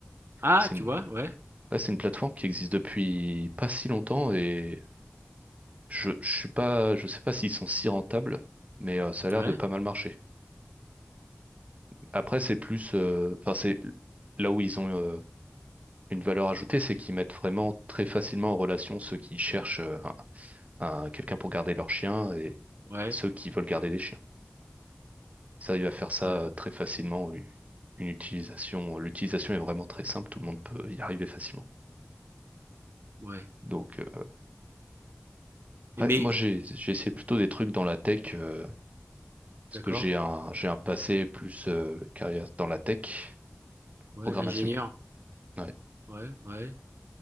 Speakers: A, on the right; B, on the right.
A: ah,
B: C'est
A: tu
B: une...
A: vois? Ouais,
B: ouais, c'est une plateforme qui existe depuis pas si longtemps et je, je suis pas, je sais pas s'ils sont si rentables, mais euh, ça a l'air
A: ouais,
B: de pas mal marcher. Après, c'est plus, euh, enfin, c'est là où ils ont euh, une valeur ajoutée, c'est qu'ils mettent vraiment très facilement en relation ceux qui cherchent euh, un, un- quelqu'un pour garder leur chien et
A: ouais,
B: et ceux qui veulent garder des chiens. Ils arrivent à faire ça
A: ouais,
B: euh, très facilement. Une une utilisation, l'utilisation est vraiment très simple. Tout le monde peut y arriver facilement.
A: ouais
B: Donc, euh,
A: et
B: ouais,
A: mais
B: moi, j'ai j'ai essayé plutôt des trucs dans la tech euh, parce
A: d'accord,
B: que j'ai un j'ai un passé plus euh, carrière dans la tech,
A: ouais,
B: programmation.
A: ingénieur,
B: Ouais.
A: ouais, ouais,